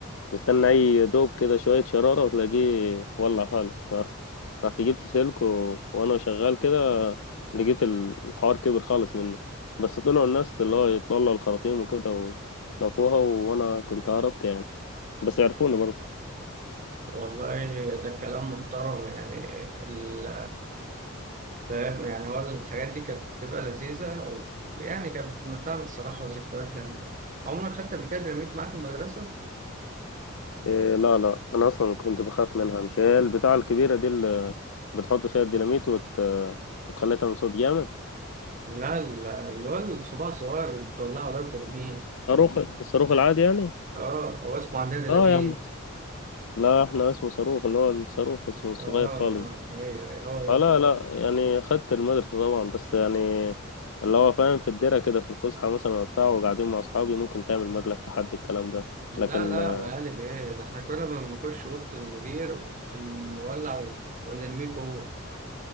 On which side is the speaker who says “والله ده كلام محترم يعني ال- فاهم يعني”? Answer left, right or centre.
Right